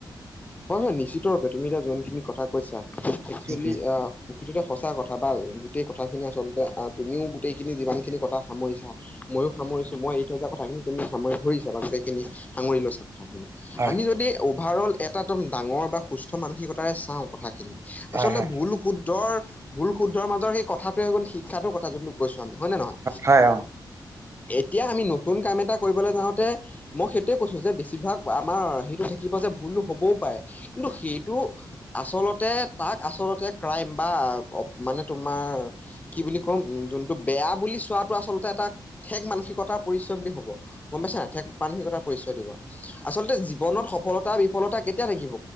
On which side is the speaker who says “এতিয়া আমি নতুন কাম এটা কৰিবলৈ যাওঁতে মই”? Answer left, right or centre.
Left